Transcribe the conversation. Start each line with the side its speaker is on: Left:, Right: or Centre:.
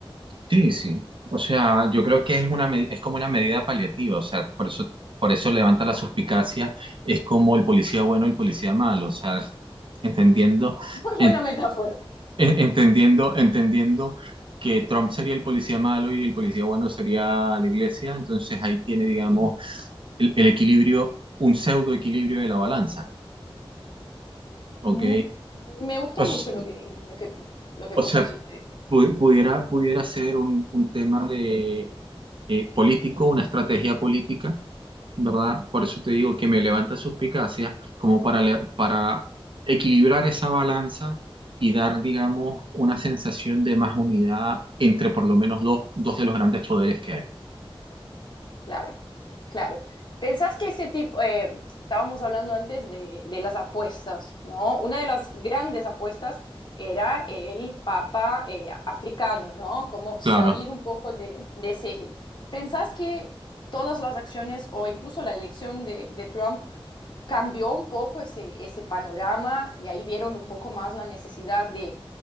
Right: sí, sí. O sea, yo creo que es una me- es como una medida paliativa, o sea, por eso por eso levanta la suspicacia, es como el policía bueno y el policía malo, o sea, entendiendo
Left: Muy buena
Right: en-
Left: metáfora.
Right: en- entendiendo entendiendo que Trump sería el policía malo y el policía bueno sería la iglesia, entonces ahí tiene, digamos, el, el equilibrio, un pseudo equilibrio de la balanza, ¿ok?
Left: Mm, Me gustó
Right: O, s-
Left: mucho lo que, lo que, lo que
Right: o
Left: propusiste.
Right: sea, pu- pudiera, pudiera ser un, un tema de, eh, político, una estrategia política, ¿verdad? Por eso te digo que me levanta suspicacia como para, le- para equilibrar esa balanza y dar, digamos, una sensación de más unidad entre por lo menos dos, dos de los grandes poderes que hay.
Left: Claro, claro. ¿Pensás que ese tipo, eh, estábamos hablando antes de, de las apuestas, ¿no? Una de las grandes apuestas era el papa eh, africano, ¿no? Como salir
Right: Claro.
Left: un poco de, de ese eje. ¿Pensás que todas las acciones o incluso la elección de, de Trump cambió un poco ese, ese panorama y ahí vieron un poco más la necesidad de